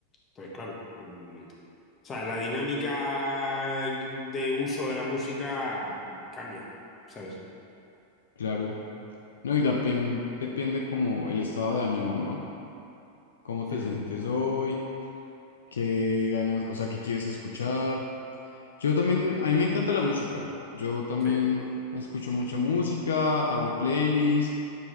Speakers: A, on the left; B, on the left.
A: Entonces, claro, mm, o sea, la dinámica de uso de la música cambia, ¿sabes?
B: claro. No, y también depende como el estado de ánimo, ¿no? ¿Cómo te
A: Hmm,
B: sientes hoy? ¿Qué ganas, o sea, qué quieres escuchar? Yo también, a mí me encanta la música. Yo también
A: sí,
B: escucho mucha música, hago playlists.